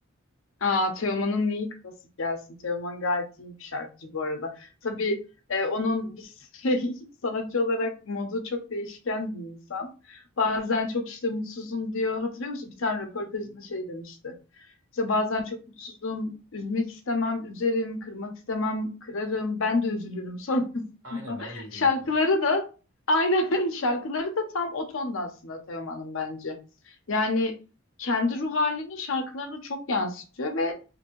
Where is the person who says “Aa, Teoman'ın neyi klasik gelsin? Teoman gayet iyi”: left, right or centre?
Left